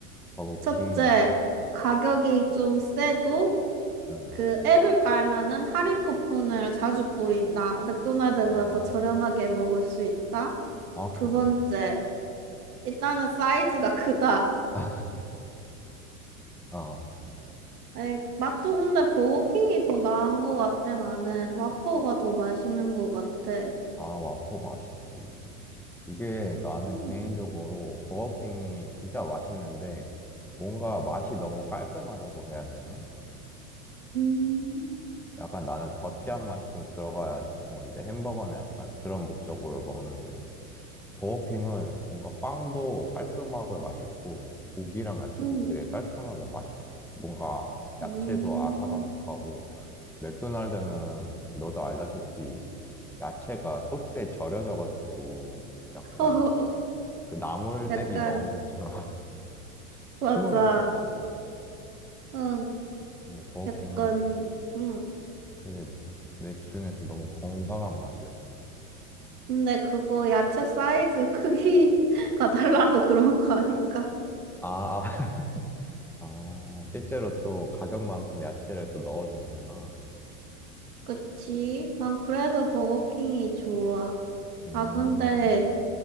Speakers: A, in the centre; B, on the right.
A: 버거킹.
B: 첫째, 가격이 좀 세도
A: 음,
B: 그 앱을 깔면은 할인 쿠폰을 자주 뿌린다. 맥도날드보다
A: 아,
B: 더 저렴하게 먹을 수 있다.
A: 아,
B: 두
A: 그래?
B: 번째, 일단은 사이즈가 <laughs> 크다.
A: <laughs> 어.
B: 에이, 맛도 근데 버거킹이 더 나은 것 같아, 나는. 와퍼가 더 맛있는 것 같아.
A: 아, 와퍼 맛있지. 이게 나는
B: 음,
A: 개인적으로 버거킹이 진짜 맛있는데 뭔가 맛이 너무 깔끔하다고 해야 되나?
B: 음,
A: 약간 나는 더티한 맛이 좀 들어가야지 좋은데 햄버거는 약간 그런 목적으로 먹는데 버거킹은 뭔가 빵도 깔끔하고 맛있고 고기랑 야채도
B: 음.
A: 되게 깔끔하게 맛있어. 뭔가 야채도
B: 음.
A: 아삭아삭하고 맥도날드는 너도 알다시피 야채가 소스에 절여져가지고 약간
B: <laughs>
A: 그 나물떼기
B: 약간,
A: 넣은 것처럼
B: 맞아.
A: <laughs> 흐물흐물하잖아.
B: 응,
A: 근데 버거킹은
B: 약간, 응.
A: 되게 내 기준에서 너무 건강한 맛이었어.
B: 근데 그거 야채 사이즈 크기가 <laughs> 달라서 그런 거 아닐까?
A: 아, 아, 아, 실제로 또 가격만큼 야채를 또 넣어주는구나.
B: 그치? 난 그래서 버거킹이 좋아.
A: 음,
B: 아, 근데